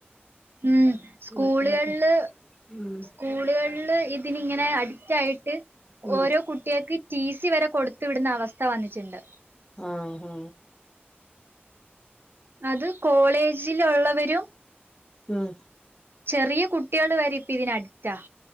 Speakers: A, on the right; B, on the left.
A: ഉം സ്കൂളുകളില്
B: മക്കളൊക്കെ ഉം
A: സ്കൂളുകളില് ഇ ഇങ്ങനെ അടിക്റ്റയിട്ട്
B: ഉം
A: ഓരോ കുട്ട്യേക്ക് ടി സി വരെ കൊടുത്തു വിടുന്ന അവസ്ഥ വന്നിട്ട്ണ്ട്
B: ആഹ് ആഹ്
A: അത് കോളേജിലുള്ളവരും
B: ഉം
A: ചെറിയ കുട്ട്യാൾ വരെ ഇപ്പ ഇതിനഡിക്റ്റ